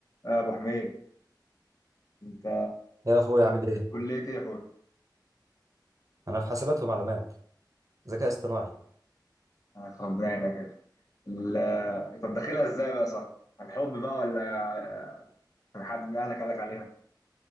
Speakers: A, on the left; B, on the right.
A: يا ابو حميد انت
B: يا اخويا عامل ايه
A: كليه ايه يا اخويا
B: انا في حاسبات ومعلومات ذكاء اصطناعي
A: آه، ربنا يعينك يا اخي ال- طب داخلها ازاي بقى صح عن حب بقى ولا آه، عن حد من اهلك قالك عليها